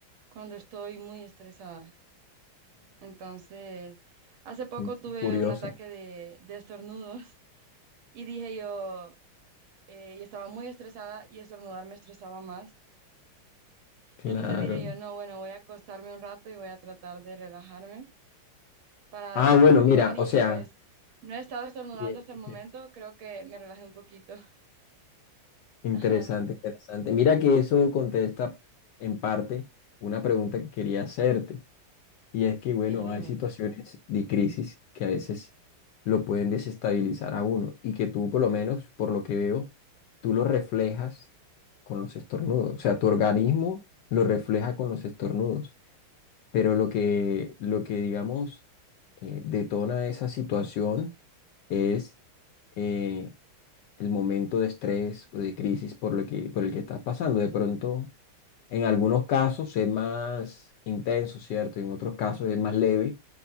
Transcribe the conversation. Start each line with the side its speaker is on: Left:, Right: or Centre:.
Right: cuando estoy muy estresada. Entonces, hace poco
Left: Ujú.
Right: tuve
Left: Curioso.
Right: un ataque de, de estornudos <laughs> y dije yo, eh, yo estaba muy estresada y estornudar me estresaba más.
Left: Claro.
Right: Entonces dije yo, no, bueno, voy a acostarme un rato y voy a tratar de relajarme para
Left: Ah,
Right: dejar
Left: bueno,
Right: de estornudar
Left: mira,
Right: y
Left: o sea,
Right: pues no he estado estornudando
Left: Bien.
Right: hasta el momento, creo que me relajé un poquito. <laughs>
Left: interesante,
Right: Ajá,
Left: interesante. Mira que eso contesta en parte una pregunta que quería hacerte. Y es que, bueno,
Right: sí, dime.
Left: hay situaciones de crisis que a veces lo pueden desestabilizar a uno y que tú, por lo menos, por lo que veo, tú lo reflejas con los estornudos. O sea, tu organismo lo refleja con los estornudos. Pero lo que, lo que digamos, eh, detona esa situación es eh, el momento de estrés o de crisis por lo que, por el que estás pasando. De pronto, en algunos casos es más intenso, ¿cierto? En otros casos es más leve